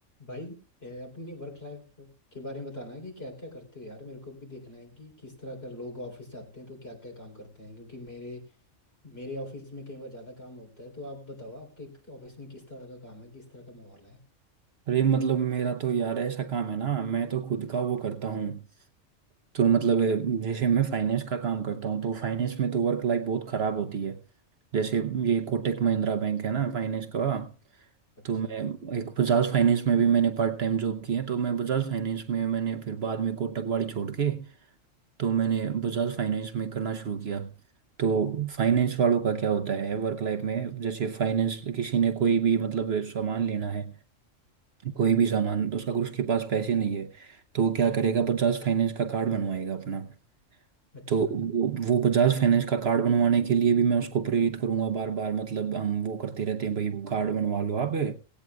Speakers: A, on the left (about 50°); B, on the right (about 55°).
A: भाई ए, अपनी वर्क लाइफ के बारे में बताना कि क्या क्या करते हो यार मेरे को भी देखना है कि किस तरह का लोग ऑफिस जाते हैं तो क्या क्या काम करते हैं क्योंकि मेरे मेरे ऑफिस में कई बार ज़्यादा काम होता है तो आप बताओ आपके ऑफिस में किस तरह का काम है किस तरह का माहौल है
B: अरे मतलब मेरा तो यार ऐसा काम है ना मैं तो खुद का वो करता हूँ तो मतलब ए, जैसे मैं फाइनेंस का काम करता हूँ तो फाइनेंस में तो वर्क लाइफ बहुत ख़राब होती है जैसे ये कोटक महिंद्रा बैंक है ना फाइनेंस का
A: अच्छा
B: तो मैं एक बजाज फाइनेंस में भी मैंने पार्ट टाइम जॉब की है तो मैं बजाज फाइनेंस में मैंने फिर बाद में कोटक वाली छोड़ के तो मैंने बजाज फाइनेंस में करना शुरू किया तो फाइनेंस वालों का क्या होता है वर्क लाइफ में जैसे फाइनेंस किसी ने कोई भी मतलब सामान लेना है कोई भी सामान तो उसका अगर उसके पास पैसे नहीं है तो वो क्या करेगा बजाज फाइनेंस का कार्ड बनवाएगा अपना
A: अच्छा
B: तो वो वो बजाज फाइनेंस का कार्ड बनवाने के लिए भी मैं उसको प्रेरित करूंगा बार बार मतलब हम वो करते रहते हैं भाई कार्ड बनवा लो आप है